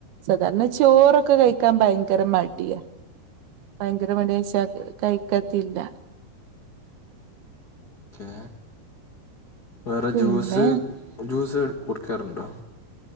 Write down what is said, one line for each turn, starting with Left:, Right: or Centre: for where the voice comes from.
Right: സാധാരണ ചോറൊക്കെ കഴിക്കാൻ ഭയങ്കര മടിയാ ഭയങ്കര മഡിയ കഴിക്കത്തില്ല
Left: ഓക്കെ വേറെ
Right: പിന്നെ
Left: ജൂസ് ജ്യൂസ് കൊടുക്കാറുണ്ടോ